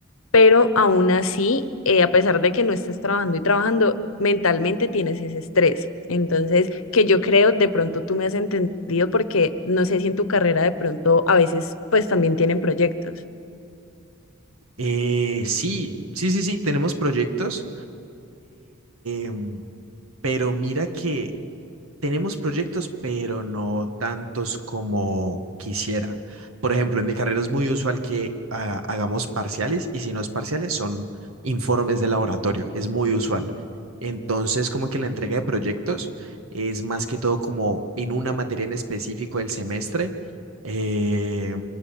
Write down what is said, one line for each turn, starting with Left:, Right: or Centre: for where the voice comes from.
Left: pero aún así, eh, a pesar de que no estés trabajando y trabajando, mentalmente tienes ese estrés. Entonces, que yo creo, de pronto tú me has entendido porque no sé si en tu carrera de pronto a veces pues también tienen proyectos.
Right: Eh, sí, sí, sí, sí, tenemos proyectos, em, pero mira que Tenemos proyectos, pero no tantos como quisiera. Por ejemplo, en mi carrera es muy usual que ah, hagamos parciales y si no es parciales son informes de laboratorio. Es muy usual. Entonces, como que la entrega de proyectos es más que todo como en una materia en específico del semestre. eh,